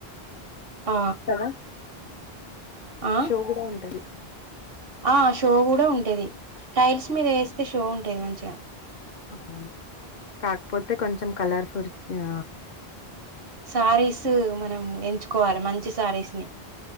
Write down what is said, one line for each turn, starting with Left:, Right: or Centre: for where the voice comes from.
Right: ఆ
Left: కదా
Right: ఆ
Left: షో కూడా ఉంటది
Right: ఆ షో కూడా ఉంటది టైల్స్ మీద వేస్తే షో ఉంటది మంచిగా
Left: ఆ కాకపోతే కొంచెం కలర్ ఫుర్ ఆ
Right: సారీస్ మనం ఎంచు కోవాలి మంచి సారీస్ ని